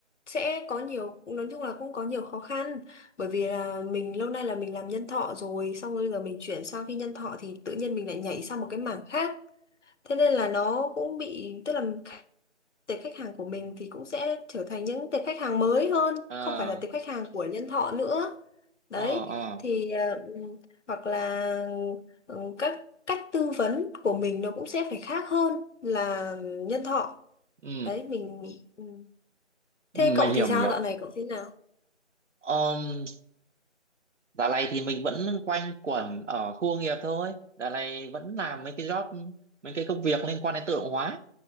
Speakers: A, on the left; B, on the right.
A: sẽ có nhiều cũng nói chung là cũng có nhiều khó khăn bởi vì là mình lâu nay là mình làm nhân thọ rồi xong rồi bây giờ mình chuyển sang phi nhân thọ thì tự nhiên mình lại nhảy sang một cái mảng khác thế nên là nó cũng bị tức là tệp khách hàng của mình thì cũng sẽ trở thành những tệp khách hàng mới hơn
B: ờ
A: không phải là tệp khách hàng của nhân thọ nữa đấy
B: ờ ờ
A: thì ờ, ừm, hoặc là ừm, các cách tư vấn của mình nó cũng sẽ phải khác hơn là nhân thọ
B: ừ
A: đấy mình ừ.
B: mình
A: Thế cậu
B: hiểu
A: thì sao
B: mình hiểu
A: dạo này cậu thế nào?
B: um, dạo này thì mình vẫn quanh quẩn ở khu công nghiệp thôi dạo này vẫn làm mấy cái job mấy cái công việc liên quan đến tự động hóa